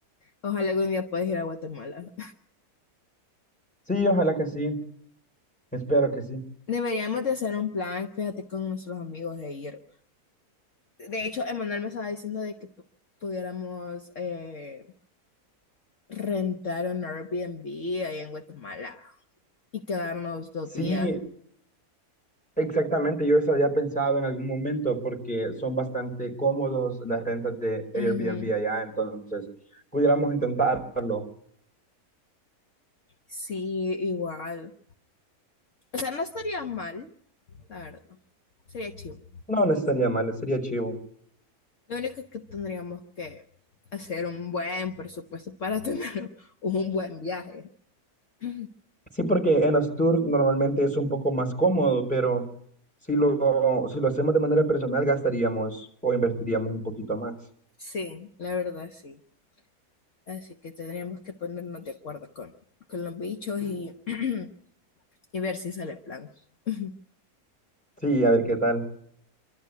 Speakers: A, on the left; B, in the centre.
A: ojalá algún día puedas ir a Guatemala.
B: Sí, ojalá que sí, espero que sí.
A: Deberíamos de hacer un plan, fíjate, con nuestros amigos de ir. De hecho, Emanuel me estaba diciendo de que pu- pudiéramos eh, rentar un Airbnb ahí en Guatemala y quedarnos dos
B: Sí,
A: días.
B: exactamente, yo eso había pensado en algún momento porque son bastante cómodos las rentas de
A: Ujú.
B: Airbnb allá, entonces pudiéramos intentarlo.
A: Sí, igual. O sea, no estaría mal, la verdad. Sería chido.
B: No, no estaría mal, sería chivo.
A: Lo único que tendríamos que hacer un buen presupuesto para tener <laughs> un buen viaje. <clears throat>
B: Sí, porque en los tours normalmente es un poco más cómodo, pero si lo, si lo hacemos de manera personal gastaríamos o invertiríamos un poquito más.
A: Sí, la verdad sí. Así que tendríamos que ponernos de acuerdo con, con los bichos y, <clears throat> y ver si sale plan. <laughs>
B: Sí, a ver qué tal,